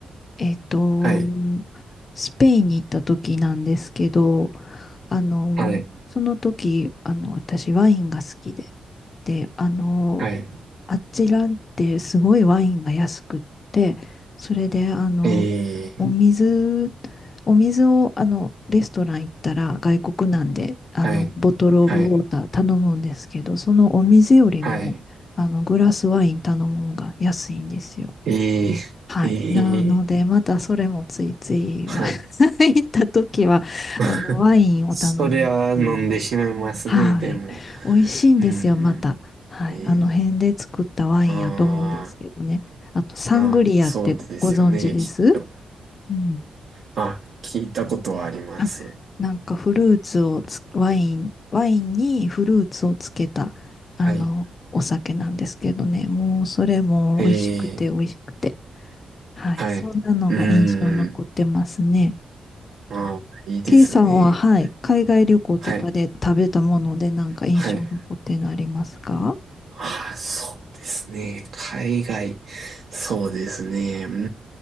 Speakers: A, on the left; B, on the right.
A: えっと、
B: はい、
A: スペインに行った時なんですけど、あの、
B: はい、
A: その時、あの、私ワインが好きで、で、あの、
B: はい、
A: あちらってすごいワインが安くって、それで、あの、
B: えー、
A: お水、お水を、あの、レストラン行ったら外国なんで、あの、
B: はい、
A: ボトルオブウォーター頼むんですけど、
B: はい、
A: そのお水よりも、
B: はい、
A: あの、グラスワイン頼む方が安いんですよ。
B: えー、
A: はい。
B: え
A: なので、
B: ー、
A: またそれもついつい
B: はい。
A: <laughs> 行った時は、
B: <laughs>
A: あの、ワインを頼むっていう。
B: それは飲んでしまいますね、
A: はい。
B: でも。
A: 美味しいんですよ、
B: うん
A: また。はい。
B: うん、えー、
A: あの辺で作ったワインやと思うんですけどね。
B: あ
A: あと、サングリアってご存知です
B: ーあそうですよね、きっと。
A: うん。
B: あ、聞いたことはあります。
A: あ、なんかフルーツをつ、ワイン、ワインにフルーツをつけた、あの、
B: はい。
A: お酒なんですけどね。もう、それも美味しくて美味しくて。
B: えー、
A: はい。
B: はい。
A: そんなのが印象残ってますね。
B: うーん。ああいいですね。
A: K さんは、はい、海外旅行とかで食べたものでなんか印象に残ってるのありますか
B: はい。はい。ああそうですね。海外。そうですね。う